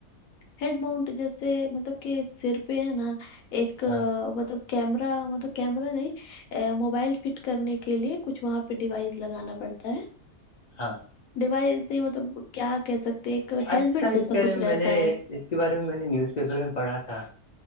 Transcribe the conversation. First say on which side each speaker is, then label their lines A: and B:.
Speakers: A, on the left (about 70°); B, on the left (about 45°).
A: ہیڈ ماؤنٹ جیسے مطلب کہ سر پہ ہے نا ایک
B: ہاں
A: مطلب کیمرا مطلب کیمرا نہیں ا موبائل فٹ کرنے کے لیے کچھ وہاں پہ ڈیوائس لگانا پڑتا ہے
B: ہاں
A: ڈیوائس نہیں مطلب کیا کہ سکتے ہیں ایک
B: اچھا
A: ہیللمٹ جیسا
B: اس بارے
A: کچھ
B: میں
A: رہتا
B: میں نے اس
A: ہے
B: کے بارے میں میں نے نیوز پیپر میں پڑھا تھا